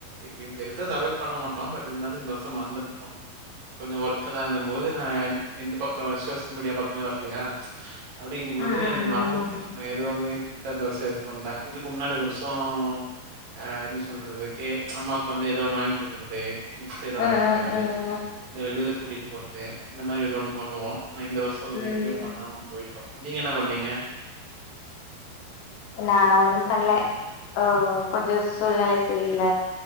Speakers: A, on the right; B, on the left.
A: எப்யு பெருசா செலப்ரேட் பண்ண மாட்டோ பட் இருந்தாலு இந்த வருஷம் மறந்துட்டோ கொஞ்ச ஒர்க்கெல்லா இருந்த போது நா இந்த பக்க அ விச மீடியா பக்கமே வரலையா. அப்டிங்கும் போது
B: ம் ம்
A: எனக்கு
B: ம் ம்
A: மறந்துச்சு நான் எதுவுமே. சரி வருஷம் எதுவும் பண்ணல இதுக்கு முன்னாடி வருஷம் ஆஹ் எப்படி சொல்றது கே அம்மாவுக்கு வந்து ஏதோ ஒன்னு வாங்கி கொடுக்குறது‌ இஷ்ட ஏதா வாங்கி
B: ம்
A: குடுக்றது
B: ம் ம்
A: இல்ல வெளில கூட்டிகிட்டு போறது இந்த மாரி ஏதோ ஒன்று பண்ணுவோம் ஆனா இந்த வர்சோ
B: ம்
A: எதுமே பண்ணாம போயிட்டோ நீங்க என்ன பண்ணீங்க.
B: நான் ஒண்ணும் பண்ணல ஹ கொஞ்சம் சூழ்நிலை சரில்ல.